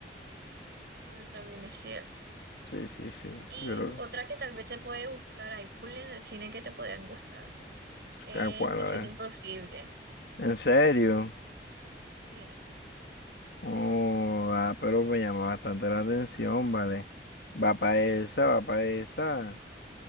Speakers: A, on the right; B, on the left.
A: Bueno, también es cierto.
B: Sí, sí, sí,
A: Y
B: yo creo
A: otra que tal vez te puede gustar, hay full en el cine que te podrían gustar, es
B: que... ¿a cuál?
A: Misión
B: A ver.
A: Imposible.
B: ¿En serio?
A: Sí,
B: Oh, ah, pero me llama bastante la atención, vale. Va para esa, va para esa.